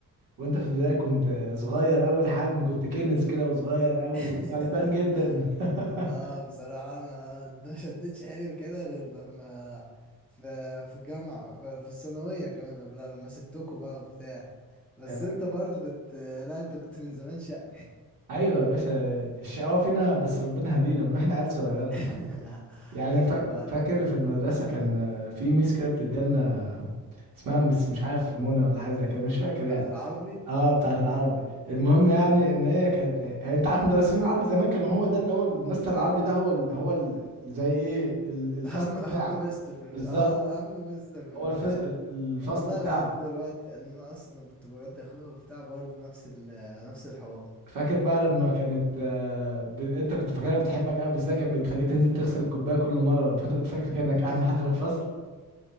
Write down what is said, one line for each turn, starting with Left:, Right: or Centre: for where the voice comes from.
Right: وانت في ابتدائي كنت صغير قوي الحجم كنت كنس كده وصغير قوي
Centre: <laughs>
Right: وغلبان جدا <laughs>
Centre: اه بصراحه انا ما شدتش حيلي كده غير لما في في الجامعه في الثانويه كمان قبلها لما سبتكوا بقى وبتاع بس
Right: يعني
Centre: انت برضو كنت لا انت كنت من زمان شقي
Right: ايوه يا باشا الشقاوة فينا بس ربنا هدينا من واحنا عيال صغيرة
Centre: <laughs>
Right: يعني
Centre: ايوه
Right: فا-
Centre: بقى
Right: فاكر في المدرسة كان في ميس كده بتدينا اسمها مس مش عارف منى ولا حاجة زي كده مش فاكر
Centre: بتاعت
Right: يعني
Centre: العربي
Right: اه بتاعت العربي المهم
Centre: ايوه
Right: يعني ان هي كانت هي- انت عارف مدرسين العربي زمان كانوا هو ده اللي هو المستر العربي ده هو ال... هو ال... زي ايه ال- الفصل
Centre: اهم اهم
Right: بتاعه
Centre: مستر في
Right: بالظبط
Centre: اه هو اهم مستر في البتاع
Right: هو الفص... ال- الفصل
Centre: والله
Right: بتاعه
Centre: لحد دلوقتي ان انا اصلا كنت برد اخويا وبتاع برضه نفس ال نفس الحوار
Right: فاكر بقى لما كانت آه، ب... انت كنت فاكرها بتحبك قوي بس هي كانت بتخليك تنزل تغسل الكوبايه كل مره فانت كنت فاكر كانك
Centre: <laughs>
Right: اهم حد في الفصل